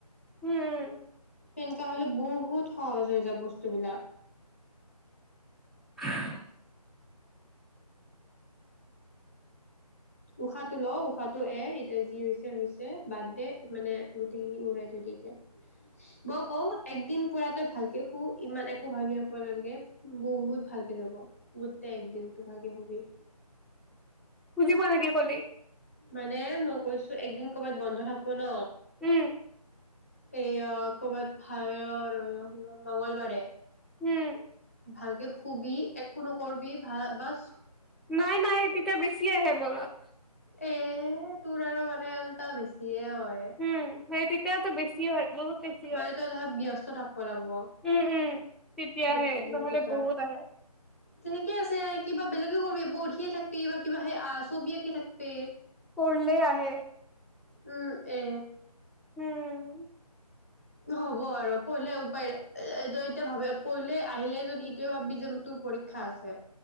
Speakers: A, in the centre; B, on the left (about 20°).
A: উম।
B: তেনেকা হ'লে বহুত সহজ হৈ যায় বস্তুবিলাক।
A: <unintelligible>
B: উশাহটো ল উশাহটো এ, ৰ এতিয়া যি হৈছে হৈছে বাদ দে মানে গোটেইখিনি উৰাই থৈ দে এতিয়া। মই কও একদিন পুৰা তই ভালকে শু ইমান একো ভাবি থাকিব নালাগে। বহুত ভালকে যাব। গোটেই একদিনটো ভালকে শুবি।
A: বুজি পোৱা নাই কি কলি।
B: মানে মই কৈছো একদিন কবাত বন্ধ থাকিব ন।
A: উম।
B: এইয়া কবাত <unintelligible> মঙ্গলবাৰে।
A: উম।
B: ভালকে শুবি একো নকৰবি ভাল বাচ
A: নাই নাই তেতিয়া বেছি আহে মনত।
B: এ তোৰ আৰু মানে উল্টা বেছিয়ে হয়।
A: উম' সেই তেতিয়াাত বেছি হয় বহুত। হয়।
B: মানে ত ধৰা ব্যস্ত থাকিব লাগিব
A: উম উম তেতিয়াহে
B: গোটেই
A: নহ'লে
B: দিনকেইটা।
A: বহুত আহে
B: তেনেকে আছে কিবা বেলেগে কৰিবি বহিয়ে থাকিবি বা কিবা <unintelligible> ছবি আঁকি থাকবি
A: পঢ়লে আহে
B: উম এ।
A: উম।
B: হ'ব আৰু পঢ়িলে উপায় নাই। এতিয়া ভাবি পঢ়িলে আহিলে যদি ইটোৱে ভাববি যে- তোৰ পৰীক্ষা আছে